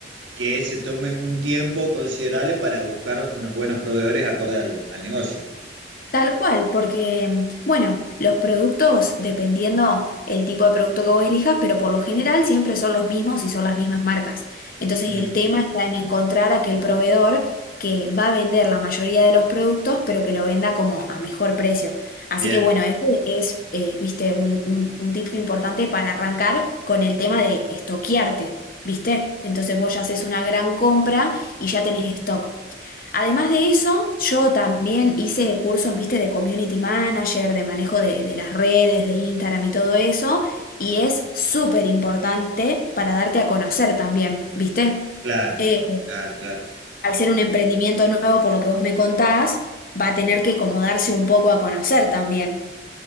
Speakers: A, on the right; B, on the left.
A: que se tome un tiempo considerable para buscar unos buenos proveedores acorde al, al negocio.
B: Tal cual, porque, mm, bueno, los productos, dependiendo el tipo de producto que vos elijas, pero por lo general siempre son los mismos y son las mismas marcas. Entonces
A: Mm,
B: el tema está en encontrar aquel proveedor que va a vender la mayoría de los productos, pero que lo venda como a mejor precio. Así
A: bien,
B: que bueno, ese es, eh, viste, un, un, un tip importante para arrancar con el tema de estoquearte, ¿viste? Entonces vos ya haces una gran compra y ya tenés stock. Además de eso, yo también hice cursos, viste, de community manager, de manejo de, de las redes, de Instagram y todo eso, y es súper importante para darte a conocer también, viste.
A: claro,
B: Eh,
A: claro, claro.
B: al ser un emprendimiento nuevo, por lo que vos me contás, va a tener que como darse un poco a conocer también.